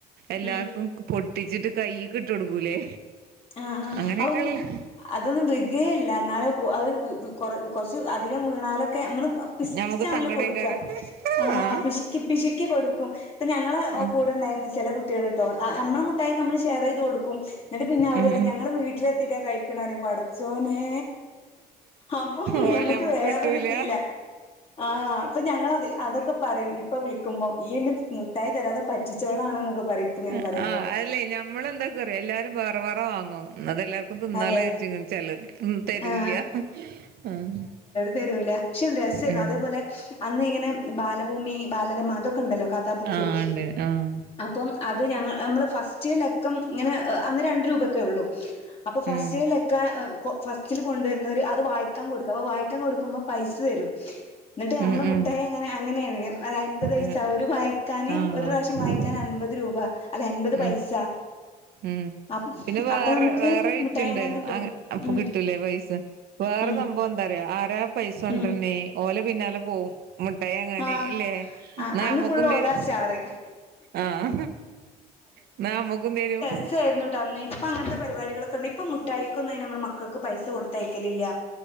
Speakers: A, on the right; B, on the left.
A: എല്ലാർക്കും
B: ഉം
A: പൊട്ടിച്ചിട്ട് കൈയ്യീക് ട്ട് കൊടുക്കൂലേ
B: ആഹ് ആഹ്
A: അങ്ങനെയൊക്കെയുള്ള
B: ഔ അതൊന്നും വീകേല്ല എന്നാല അത് കുറച്ച് ധികം വീണാലൊക്കെ നമ്മള് പിശ്ക്കീട്ടാ
A: നമുക്ക് സങ്കടം
B: കൊട്ക്ക
A: ആയിക്കാരം
B: ആഹ്
A: ആ
B: പിശ്ക്കി പിശ്ക്കി ക്കെ കൊടുക്കും ഇപ്പൊ ഞങ്ങളെ
A: ഉം
B: കൂടെണ്ടായിരുന്നു ചില കുട്ടികൾ ട്ടോ നമ്മളെ മുട്ടായി നമ്മള് ഷെയർ ചെയ്ത് കൊടുക്കും എന്നിട്ട് പിന്നെ അവര്
A: ഉം
B: റയും
A: ഉം
B: ഞങ്ങള് വീട്ടിലെത്തിട്ടാ കഴിക്കണേ റഞ്ഞ് പാടും ച്ചോനെ അപ്പൊ
A: ഓലെ
B: ഞമ്മക്ക്
A: നമ്മുക്ക്
B: വേറൊരു
A: കിട്ടൂല
B: ഫീലാ ആഹ് അപ്പൊ ഞങ്ങളത് അതൊക്കെ പറയും ഇപ്പൊ വിളിക്കുമ്പോ ഈ ഇന്നെ മുട്ടായി തരാതെ പറ്റിച്ചോളാണ്ന്നൊക്കെ പറയും ഇപ്പ ഇങ്ങനെ
A: ആ
B: പറയുമ്പോ
A: ആഹ് അല്ലേ ഞമ്മള് എന്തൊക്കും അറിയോ എല്ലാരും വേറെ വേറെ വാങ്ങും എന്ന അതെല്ലാർക്കും തിന്നാലൊ
B: അതെ
A: വിചാരിച്ച് ചില തരൂല്യാ
B: ആഹ്
A: ആഹ്
B: തരൂല പക്ഷെ രസേന്ന്
A: ഉം
B: അതേപോലെ അന്ന് ഇങ്ങനെ ബാലഭൂമി ബാലരമ അതൊക്കെ ഉണ്ടല്ലോ കഥാബുക്ക്
A: ആഹ് ഇണ്ട് ആഹ്
B: അപ്പം അത് ഞങ്ങ നമ്മള് ഫസ്റ്റ ലക്കം ഇങ്ങനെ അന്ന് രണ്ട് രൂപഒക്കെ ഉള്ളൂ അപ്പൊ ഫസ്റ്റ്ലെ
A: ഉം
B: ലക്കം ഫസ്റ്റിൽ കൊണ്ടുവരുന്നോര് അത് വായിക്കാൻ കൊട്ക്കും അപ്പൊ വായിക്കാൻ കൊടുക്കുമ്പോ പൈസ തരും ഇന്നിട്ട് നമ്മൾ
A: ഉം
B: മുട്ടായി
A: ഉം
B: വാങ്ങാന് അങ്ങനെന്ന് അൻപത് പൈസ
A: ആഹ്
B: ഒരു വായക്കാന്
A: ആഹ്
B: ഒരു പ്രാശ്യം വായി കാൻ അൻപത് രൂപ അല്ല അമ്പത് പൈസ
A: ഉം ഉം
B: അ
A: പിന്നെ വേറെ
B: അപ്പൊ നമുക്ക്
A: വേറെ വിറ്റ്ണ്ട്
B: മിഠായി വാങ്ങാൻ കിട്ടും
A: അ അപ്പൊ
B: ഉം
A: കിട്ടൂലേ പൈസ വേറെ
B: ഉം
A: സംഭവം എന്താ അറിയോ ആരാ പൈസ കൊണ്ടര്ണ്ണ്
B: ഉം
A: ഓലെ പിന്നാലെ പോവും മുട്ടായി വാങ്ങാന്
B: ആഹ്
A: ഇല്ലേ ഇന്നാ
B: ആഹ് അന്ന്
A: നമ്മക്കും
B: ഫുള്ള്
A: തെരും
B: ഓലാ സ്റ്റാറ്
A: ആഹ ഇന്നാ നമ്മക്കും തരും
B: പൈസ ആയിരുന്നുട്ടാ അന്ന് ഇപ്പൊ അങ്ങനത്തെ പരിപാടികളൊക്കെണ്ട് ഇപ്പ മുട്ടായിക്കൊന്നും അയിന് നമ്മൾ മക്കൾക്ക് പൈസ കൊടുത്തയക്കലില്ല